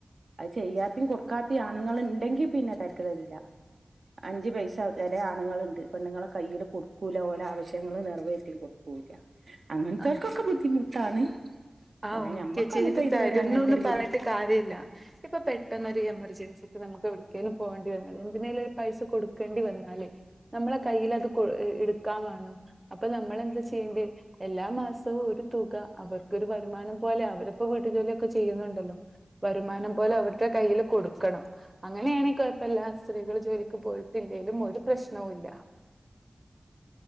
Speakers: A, on the right; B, on the right.
A: അത് ചെയ്യാത്തിം കൊടുക്കാത്തിം ആണുങ്ങള്ണ്ടെങ്കി പിന്നെ തര്ക്കെടില്ല അഞ്ച് പൈസ ചെലേ ആണുങ്ങളിണ്ട് പെണ്ണുങ്ങളെ കയ്യില് കൊട്ക്കൂല ഓലെ ആവശ്യങ്ങള് നിറവേറ്റിം കൊട്ക്കൂല അങ്ങൻത്തോൽക്കൊക്കെ
B: ആഹ്
A: ബുദ്ധിമുട്ടാണ്.
B: ആഹ്
A: അല്ല
B: ഓക്കെ
A: ഞമ്മക്കൊന്നുപ്പോ
B: ചെയ്ത്
A: ഇതുവരെ
B: തരുന്നൂന്ന്
A: അങ്ങനത്തെ ഒരു
B: പർഞ്ഞിട്ട്
A: ബുദ്ധി
B: കാര്യയില്ല ഇപ്പൊ പെട്ടെന്നൊരു എമർജൻസി ക്ക് നമുക്ക് എവിട്ക്കേലും പോകേണ്ടി വന്നാല് എന്തിനേലും ഒരു പൈസ കൊടുക്കേണ്ടി വന്നാല് നമ്മളെ കയ്യിലത് കൊ ഇഹ് ഇഹ്ഇട് ക്കാം വാണം അപ്പൊ നമ്മളെന്താ ചെയ്യണ്ട്‌യേ എല്ലാ മാസവും ഒരു തുക അവർ ക്കൊരു വരുമാനം പോലെ അവരിപ്പൊ വീട്ടുജോലൊക്കെ ചെയ്യുന്നുണ്ടല്ലോ വരുമാനം പോലെ അവരുടെ കയ്യില് കൊടുക്കണം അങ്ങനെയാണെ കൊഴപ്പല്ലാ സ്ത്രീകൾ ജോലിക്ക് പോയിട്ടില്ലേലും ഒരു പ്രശ്നവുംല്ല